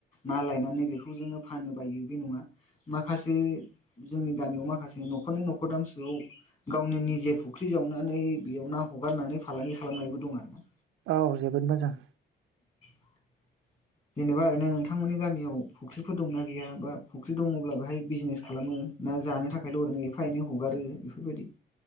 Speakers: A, on the left; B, on the right.
A: ना लायनानै बेखौ जोङो फानो बायो बे नङा माखासे जोंनि गामियाव माखासे नखरनै न'खरथाम सोआव गावनि निजे फुख्रि जावनानै बेयाव ना हगारनानै फालांगि खालामनायबो दं आरो ना।
B: औ जोबोद मोजां।
A: <inaudible> जेनेबा ओरैनो नोंथांमोननि गामियाव फुख्रिफोर दंना गैया बा फुख्रि दङब्ला बेहाय बिजनेस खालामो ना जानो थाखायल' ओरैनो एफा एनै हगारो बेफोरबायदि